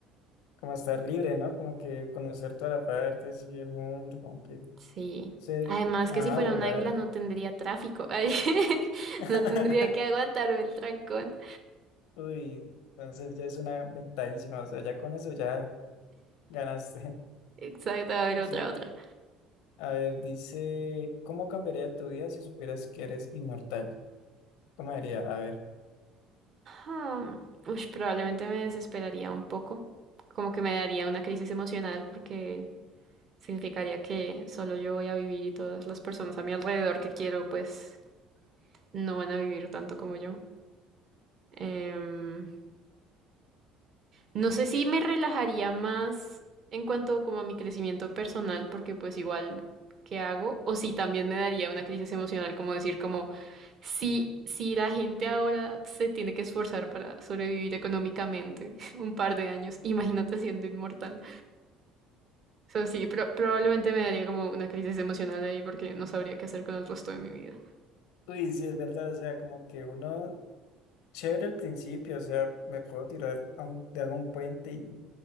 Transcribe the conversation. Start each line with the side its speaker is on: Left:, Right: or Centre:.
Left: como estar libre, ¿no? Como que conocer todas las partes y el mundo, como que
Right: Sí.
Left: se,
Right: Además
Left: ajá,
Right: que si fuera
Left: volar.
Right: un águila no tendría tráfico. <laughs> Ay,
Left: <laughs>
Right: no tendría que aguantarme el trancón.
Left: Uy, entonces ya es una ventajísima, o sea, ya con eso ya ganaste.
Right: Exacto, a ver
Left: <laughs>
Right: otra, otra.
Left: A ver, dice, ¿cómo cambiaría tu vida si supieras que eres inmortal? ¿Cómo diría? A ver.
Right: Hmm. Ush, probablemente me desesperaría un poco. Como que me daría una crisis emocional porque significaría que solo yo voy a vivir y todas las personas a mi alrededor que quiero, pues no van a vivir tanto como yo. Em, no sé si me relajaría más en cuanto como a mi crecimiento personal, porque pues igual, ¿qué hago? O si también me daría una crisis emocional, como decir como, si, si la gente ahora se tiene que esforzar para sobrevivir económicamente <laughs> un par de años, imagínate siendo inmortal. O sea, sí, pro- probablemente me daría como una crisis emocional ahí porque no sabría qué hacer con el resto de mi vida.
Left: Uy, sí, es verdad, o sea, como que uno, chévere al principio, o sea, me puedo tirar a un- de algún puente y